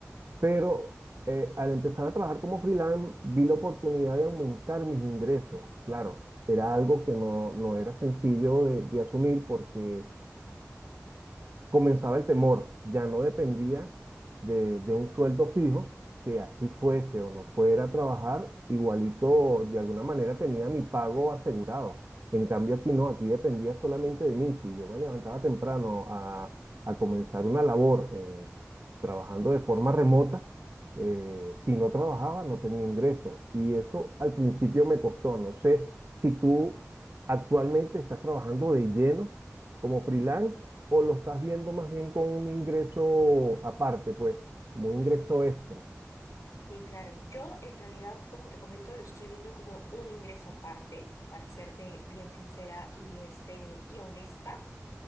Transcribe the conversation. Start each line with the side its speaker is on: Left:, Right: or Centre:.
Right: Pero eh, al empezar a trabajar como freelance, vi la oportunidad de aumentar mis ingresos. Claro, era algo que no, no era sencillo de, de asumir porque comenzaba el temor, ya no dependía de, de un sueldo fijo, que así fuese o no fuera a trabajar, igualito de alguna manera tenía mi pago asegurado. En cambio aquí no, aquí dependía solamente de mí. Si yo me levantaba temprano a, a comenzar una labor eh, trabajando de forma remota, eh, si no trabajaba no tenía ingreso. Y eso al principio me costó. No sé si tú actualmente estás trabajando de lleno como freelance o lo estás viendo más bien con un ingreso aparte, pues, como un ingreso extra.
Left: Sí, claro. Yo en realidad, como te comento, lo estoy viendo como un ingreso aparte, para serte bien sincera y, este, y honesta.